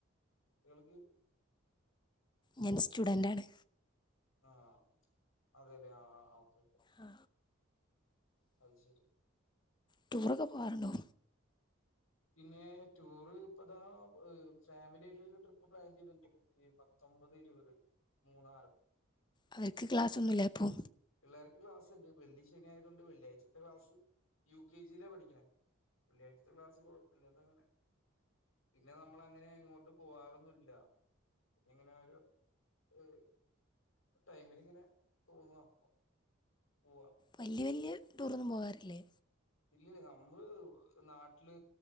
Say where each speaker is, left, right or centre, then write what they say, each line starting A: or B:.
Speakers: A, on the left; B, on the left.
A: കുട്ടികൾക്ക്
B: ഞാൻ സ്റ്റുഡന്റ് ആണ്
A: ആ അതയല്ലെ ആ ആ ഓക്കേ
B: ആ
A: അത് ശരി
B: ടൂർ ഒക്കെ പോകാറുണ്ടോ
A: പിന്നെ ടൂറ് ഇപ്പോ ഇതാ ഫാമിലി ആയിട്ട് ഒരു ട്രിപ്പ് പ്ലാൻ ചെയ്തിട്ടുണ്ട് പത്തൊമ്പത് ഇരുപത് മൂന്നാറ്
B: അവർക്ക് ക്ലാസ്സൊന്നുമില്ലേ ഇപ്പോ
A: പിള്ളേർക്ക് ക്ലാസ് ഉണ്ട് വെള്ളി ശനി ആയതു കൊണ്ട് വെള്ളിയാഴ്ചത്തെ ക്ലാസ് യു കെ ജിയിലാ പഠിക്കണേ വെള്ളാഴ്ചത്തെ ക്ലാസ് പോകും പിന്നെന്താങ്ങനെ പിന്നെ നമ്മൾ അങ്ങനെ എങ്ങോട്ടും പോവാറൊന്നുമില്ല പിന്നങ്ങനെ ഓരോ ഏ ഒരു ടൈമിൽ ഇങ്ങനെ തോന്നുവാ വാ പൂവാം
B: വല്യ വല്യ ടൂറൊന്നും പോകാറില്ലേ
A: ഇല്ല നമ്മള് നാട്ടില്